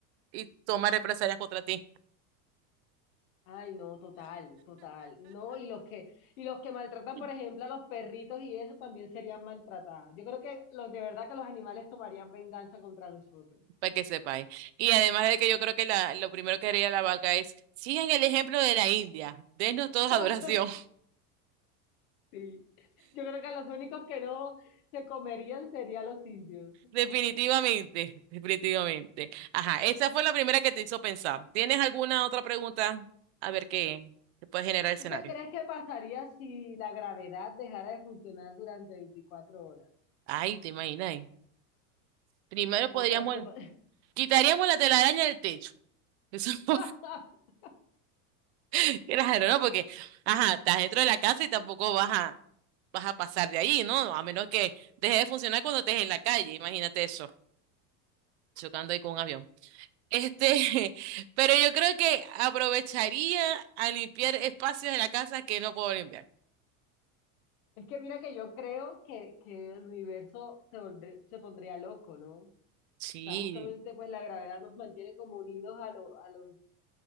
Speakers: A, on the right; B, on the left.
A: y toma represalias contra ti.
B: Ay, no, total, total. No, y los que, y los que maltratan,
A: <laughs>
B: por ejemplo, a los perritos y eso también serían maltratados. Yo creo que los de verdad que los animales tomarían venganza contra nosotros.
A: Para que sepáis. Y además de que yo creo que la, lo primero que haría la vaca es, sigan el ejemplo de la India, denos todos
B: <laughs>
A: adoración.
B: Sí. Yo creo que los únicos que no se comerían serían los indios.
A: Definitivamente, definitivamente. Ajá, esa fue la primera que te hizo pensar. ¿Tienes alguna otra pregunta? A ver qué te puede generar el escenario.
B: ¿Tú qué crees que pasaría si la gravedad dejara de funcionar durante 24 horas?
A: Ay, te imaginas. eh. Primero podríamos,
B: ¿Qué crees que pa-
A: quitaríamos la telaraña del techo. Eso <laughs>
B: <laughs>
A: es raro, ¿no? Porque, ajá, estás dentro de la casa y tampoco vas a, vas a pasar de ahí, ¿no? A menos que deje de funcionar cuando estés en la calle. Imagínate eso, chocando ahí con un avión. Este, <laughs> pero yo creo que aprovecharía a limpiar espacios de la casa que no puedo limpiar.
B: Es que mira que yo creo que, que el universo se, volvr- se pondría loco, ¿no? O
A: Sí.
B: sea, justamente pues la gravedad nos mantiene como unidos a los, a los,